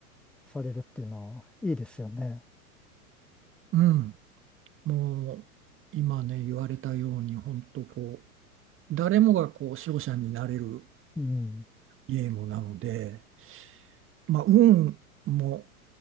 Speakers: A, in the centre; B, on the right (about 25°).
A: されるっていうのはいいですよね。
B: うん。もう、今ね、言われたように、本当こう、誰もがこう、勝者になれる
A: うん。
B: ゲームなので、まあ、運も